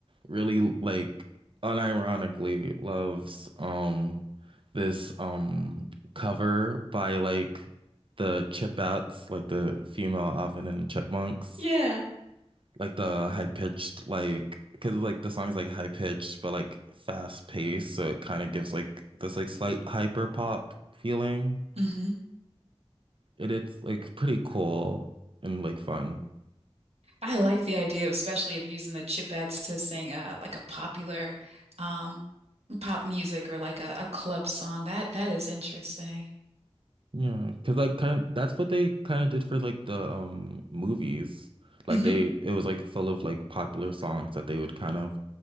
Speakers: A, on the right; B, on the right.
A: really like unironically loves um this um cover by like the Chipettes, like the female Alvin and the Chipmunks,
B: Yeah.
A: like the high pitched like because like the song's like high pitched but like fast paced, so it kind of gives like this like slight hyper pop feeling.
B: hmm
A: It it's like pretty cool and like fun.
B: I like the idea of especially of using the Chipettes to sing uh like a popular um pop music or like a, a club song. That that is interesting.
A: Yeah, because like kind of, that's what they kind of did for like the um movies. Like
B: Mhm.
A: they it was like full of like popular songs that they would kind of